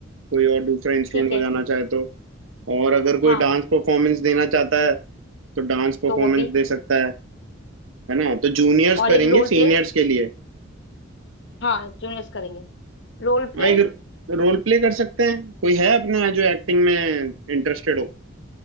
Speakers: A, on the right; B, on the left.
A: कोई और दूसरा इंस्ट्रूमेंट
B: ठीक है
A: बजाना चाहे तो और अगर कोई
B: हाँ
A: डांस परफॉर्मेंस देना चाहता है तो डांस परफॉर्मेंस
B: तो वो भी
A: दे सकता है है ना तो जूनियर्स
B: और
A: करेंगे
B: एक रोल
A: सीनियर्स
B: प्ले
A: के लिए
B: हाँ जूनियर्स करेंगे रोल प्ले
A: हाँ एक रोल प्ले कर सकते हैं कोई है अपने यहाँ जो एक्टिंग में इंटरेस्टेड हो